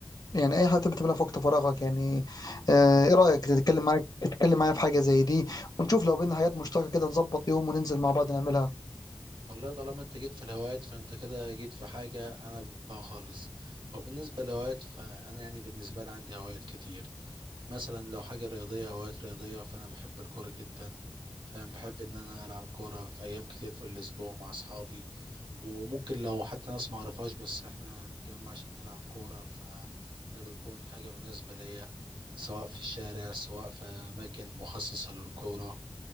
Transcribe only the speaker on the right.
مم.
والله طالما انت جيت في الهوايات فانت كده جيت في حاجة انا بحبها خالص وبالنسبة للهوايات فانا يعني بالنسبة لي عندي هوايات كتير مثلا لو حاجة رياضية هوايات رياضية فانا بحب الكورة جدا فانا بحب ان انا العب كورة في ايام كتير في الاسبوع مع اصحابي وممكن لو حتى ناس معرفهاش بس احنا نتجمع عشان نلعب كورة فده بيكون حاجة مناسبة ليا سواء في الشارع سواء في اماكن مخصصة للكورة